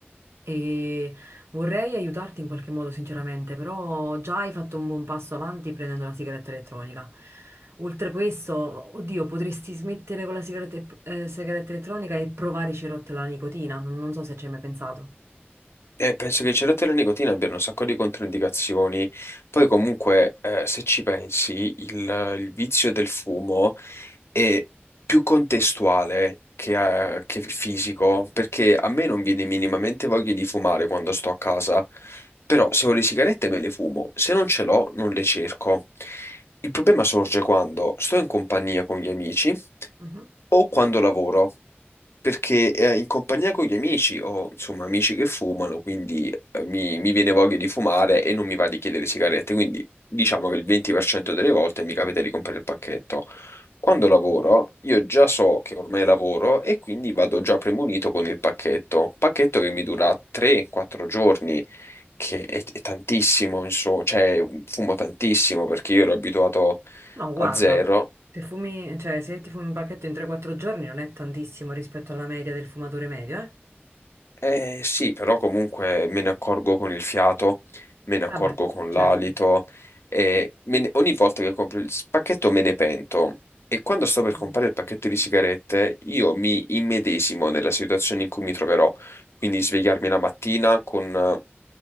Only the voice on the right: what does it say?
E vorrei aiutarti in qualche modo, sinceramente, però già hai fatto un buon passo avanti prendendo la sigaretta elettronica. Oltre a questo, oddio, potresti smettere con la sigaretta, eh, sigaretta elettronica e provare i cerotti alla nicotina. Non, non so se ci hai mai pensato.
Mhm.
No, guarda,
se fumi, cioè, se ti fumi un pacchetto in 3-4 giorni non è tantissimo rispetto alla media del fumatore medio, eh?
Vabbè,
certo.
Mm.